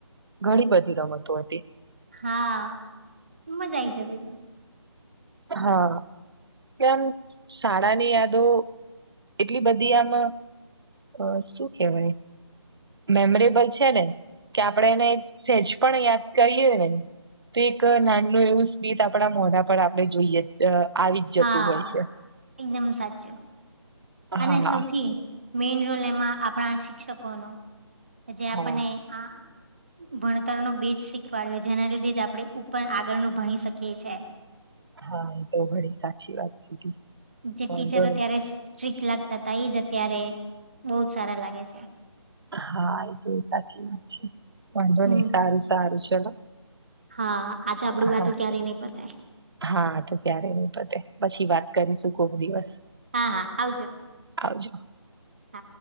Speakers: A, on the right; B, on the right.
A: ઘણી બધી રમતો હતી.
B: હા મજા આઇ જાય મને બી.
A: હા કેમ શાળાની યાદો એટલી બધી આમ અ શું કેવાય મેમોરેબલ છે ને કે આપણે એને સેજ પણ યાદ કરીએ ને તો એક નાનનું એવું સ્મિત આપણા મોઢા પર આપણે જોઈએ આવી જ
B: હા
A: જતું હોય છે
B: એકદમ સાચું
A: હા
B: અને સૌથી મેન રોલ એમાં આપણા શિક્ષકોનો જે
A: હા
B: આપણને આ ભણતર નો બેજ શીખવાડ્યો જેના લીધે જ આપડણે ઉપર આગળનું ભણી શકીએ છીએ
A: હા એ તો ઘણી સાચી વાત કીધી
B: જે
A: વાંધો
B: ટીચરો
A: નહી
B: ત્યારે સ્ટ્રિક્ટ લાગતા હતા એ જ અત્યારે બહુજ સારા લાગે છે
A: હા એ તો સાચી વાત છે વાંધો
B: હમ
A: નહિ સારું સારું ચલો
B: હા આ તો આપડું વાતો
A: હા
B: ક્યારેય નહી પતાય
A: હા તો ક્યારે નહી પતે પછી વાત કરીશું કોક દિવસ
B: હા હા આવજો
A: આવજો
B: હા.